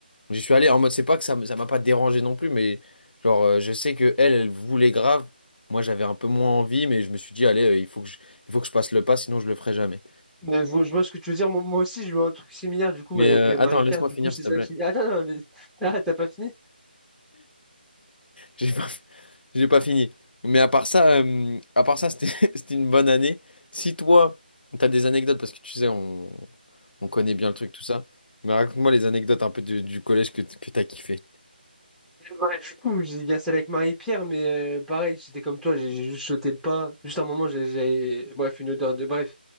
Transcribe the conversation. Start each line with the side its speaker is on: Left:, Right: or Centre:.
Left: j'y suis allé en mode, c'est pas que ça, me- ça m'a pas dérangé non plus, mais genre, euh, je sais que elle, elle voulait grave. Moi, j'avais un peu moins envie, mais je me suis dit, allez, euh, il faut que je, il faut que je passe le pas, sinon je le ferai jamais.
Centre: Mais je vois, je vois ce que tu veux dire. Moi, moi aussi, j'ai eu un truc similaire, du coup,
Left: Mais
Centre: avec
Left: Ok, euh,
Centre: euh,
Left: ok,
Centre: Marie-Pierre.
Left: attends, ok. laisse-moi
Centre: Du
Left: d'accord. finir,
Centre: coup, c'est
Left: s'il te
Centre: ça
Left: plaît.
Centre: qui. Ah, non, non, le- <laughs> ah, t'as pas fini?
Left: J'ai pas, <laughs> j'ai pas fini. Mais à part ça, euh, à part ça, c'était <laughs> c'était une bonne année. Si toi, t'as des anecdotes, parce que tu sais, on, on connaît bien le truc, tout ça. Mais raconte-moi les anecdotes un peu du, du collège que, t- que t'as kiffé.
Centre: Ouais, du coup, j'ai- il y a celle avec Marie-Pierre, mais euh, pareil, c'était comme toi, j'ai j'ai juste sauté le pas. Juste un moment, j'ai. j'ai- Bref, une odeur de. Bref.